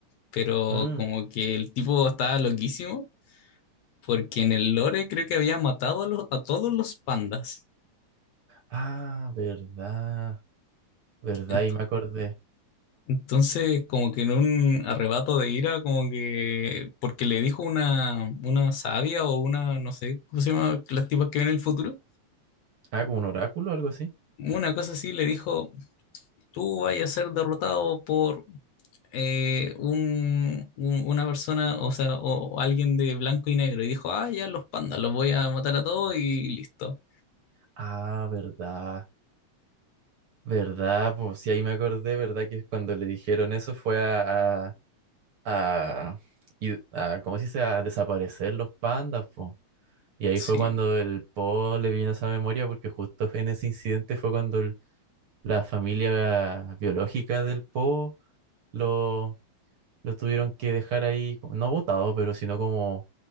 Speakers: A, on the left (about 70°); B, on the right (about 55°).
A: pero
B: mm.
A: como que el tipo estaba loquísimo porque en el lore creo que había matado a, los- a todos los pandas.
B: Ah, verdad, verdad,
A: Ento-
B: y me acordé.
A: Entonces, como que en un arrebato de ira, como que porque le dijo una, una sabia o una, no sé, ¿cómo se llama? Las tipas que ven el futuro
B: Ah, como un oráculo o algo así.
A: Una cosa así le dijo, tú vas a ser derrotado por eh, un- un- una persona, o sea, o, o alguien de blanco y negro. Y dijo, ah, ya los pandas, los voy a matar a todos y listo.
B: Ah, verdad, verdad, pues sí, ahí me acordé, verdad, que cuando le dijeron eso fue a, a, a, y- a- ¿cómo se dice? A desaparecer los pandas, pues. Y ahí
A: Sí,
B: fue cuando el Po le vino esa memoria, porque justo en ese incidente fue cuando el- la familia biológica del Po lo, lo tuvieron que dejar ahí, como- no botado, pero sino como